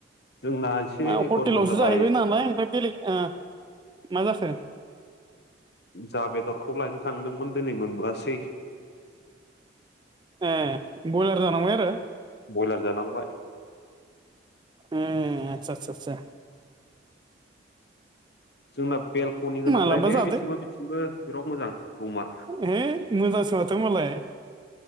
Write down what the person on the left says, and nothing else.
जोंना एसे
गरबर जाबाय
जा बेदरखौ लायनो थांदोंमोन दिनै मोनबोआसै
बयलार जानांबाय
जोंना बेलक'नि गोनांलायलै
बिथिंबो बिथिंबो बिराद मोजां रुमा